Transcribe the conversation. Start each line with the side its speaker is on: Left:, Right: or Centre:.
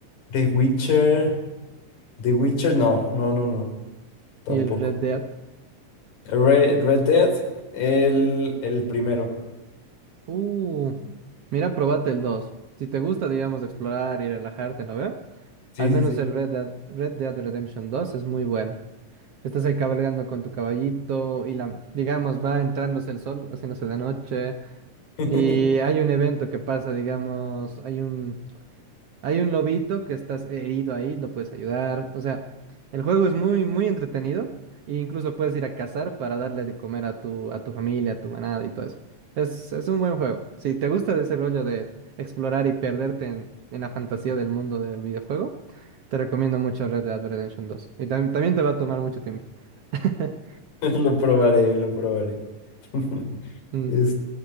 Left: The Witcher, The Witcher, no, no, no, no, tampoco.
Right: Y el Red Dead.
Left: Re- Red Dead, el, el primero.
Right: Uh, mira, probate el dos Si te gusta, digamos, explorar y relajarte, ¿no ve?
Left: Sí,
Right: Al menos
Left: sí, sí.
Right: el Red Dead, Red Dead Redemption 2 es muy bueno. Estás ahí cabalgando con tu caballito y la, digamos, va entrándose el sol, haciéndose de noche.
Left: <laughs>
Right: Y hay un evento que pasa, digamos, hay un hay un lobito que estás herido ahí, lo puedes ayudar. O sea, el juego es muy, muy entretenido. E incluso puedes ir a cazar para darle de comer a tu, a tu familia, a tu manada y todo eso. Es, es un buen juego. Si te gusta de ese rollo de explorar y perderte en, en la fantasía del mundo del videojuego, te recomiendo mucho Red Dead Redemption dos. Y tam- también te va a tomar mucho tiempo. <laughs>
Left: Lo probaré, lo probaré. <laughs>
Right: Mm,
Left: Este,